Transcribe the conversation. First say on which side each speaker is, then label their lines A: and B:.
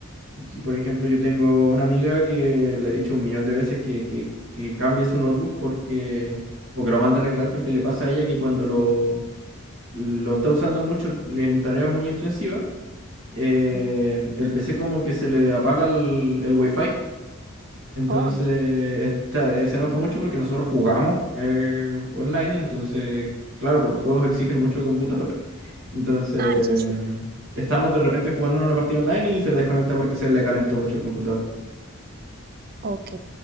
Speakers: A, on the right (about 65°); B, on the right (about 45°).
A: Si, por ejemplo, yo tengo una amiga que le he dicho un millón de veces que, que, que cambie su notebook porque, o que lo mande a arreglar porque le pasa a ella que cuando lo, lo está usando mucho en tareas muy intensivas, eh,
B: Sí.
A: el PC como que se le apaga el, el Wi-Fi Entonces
B: Oh,
A: está- eh, se enoja mucho porque nosotros jugamos eh, online. Entonces, claro, pues los juegos exigen mucho computador. Entonces,
B: ah, eso
A: em,
B: sí.
A: estamos de repente jugando en una partida online y se le desconecta porque se le calentó mucho el computador.
B: Ok.